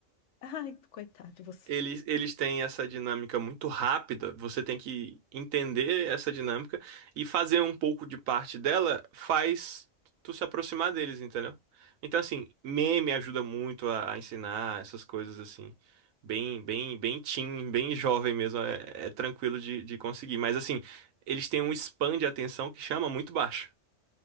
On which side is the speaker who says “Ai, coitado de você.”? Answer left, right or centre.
Left